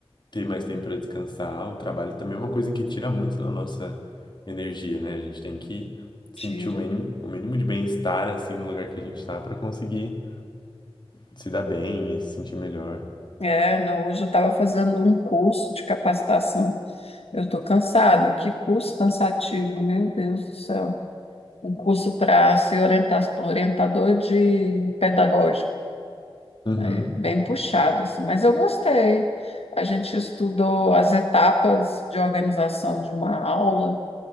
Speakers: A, on the left; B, on the left.
A: ter mais tempo para descansar. O trabalho também é uma coisa que tira muito da nossa energia, né? A gente tem que sentir
B: tira.
A: o mínimo, o mínimo de bem-estar assim no lugar que a gente tá para conseguir se dar bem e se sentir melhor.
B: É, não, hoje eu estava fazendo um curso de capacitação. Eu estou cansada. Que curso cansativo, meu Deus do céu. um curso para ser orienta- orientador de pedagógico.
A: Uhum,
B: É bem puxado, assim, mas eu gostei. A gente estudou as etapas de organização de uma aula,